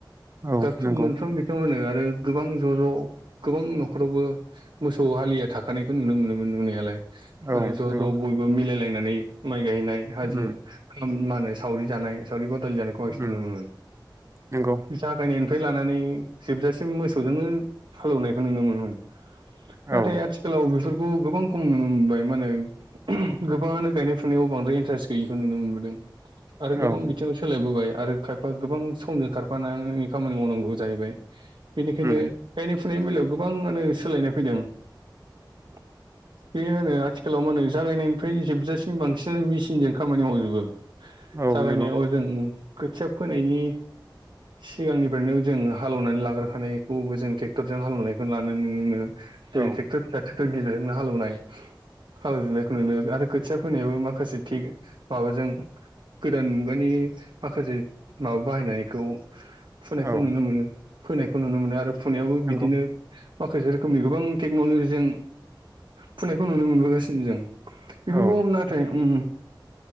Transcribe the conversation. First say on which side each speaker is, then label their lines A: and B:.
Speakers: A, on the right; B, on the right.
A: औ
B: गारफ्रोम
A: नंगौ
B: मोनफ्रोम बिथिंङावनो मा होनो आरो गोबां ज' ज' गोबां न'खरावबो मोसौ हालिया थाखानायखौ नुनो मोनोमोन नुनायालाय। माने
A: औ
B: ज'
A: नंगौ
B: ज' बयबो मिलायलायनानै माइ गायनाय हाजिर
A: उम
B: मा होनो सावरि जानाय सावरि बादालि जानायखौ बांसिन
A: उम
B: नुनो मोनोमोन।
A: नंगौ
B: जागायनायनि फाय लानानै जोबजासिम मोसौजोंनो हालौवनायखौ नुनो मोनोमोन। नाथाय
A: औ
B: आथिखालाव बेफोरखौ गोबां खम नुनो मोनबाय, माहोनो गोबाङानो गायनाय फुनायाव बांद्राय इन्टारेस्ट गैयिखौ नुनो मोनबोदों। आरो
A: औ
B: गोबां बिथिङाव सोलायबोबाय आरो खायफा गोबां समजों खारफानानै खामानि मावनांगौ जाहैबाय, बेनिखायनो
A: उम
B: गायनाय फुनायनि बेलायाव गोबांङानो सोलायनाय फैदों।
A: <inaudible>
B: बेयोनो आथिखालाव मा होनो जागायनायनिफ्राय जोबजासिम बांसिन मेचिनजों खामानि मावजोबो।
A: औ
B: जागायनायाव
A: नंगौ
B: जों खोथिया फोनायनि सिगांनिफ्रायनो जों हालेवनानै लाग्रोखानायखौबो जों ट्रेक्टरजों हालौनायखौ लानाय नुनो मोनो। जेरै
A: औ
B: टेक्टर फिसा, टेक्टर गिदिरजोंनो हालौनाय। खालामजोबनायखौ नुनो आरो खोथिया फोनायाबो माखासे थिग माबाजों गोदान मुगानि माखासे माबा बाहायनायखौ फुनायखौ
A: औ
B: नुनो मोनो, फोनायखौ नुनो मोनो आरो फुनायावबो
A: नंगौ
B: बिदिनो माखासे रोखोमनि गोबां टेक्न'लजिजों फुनायखौ नुनो मोनबोगासिनो जों। बेफोरखौ
A: औ
B: नाथाय उम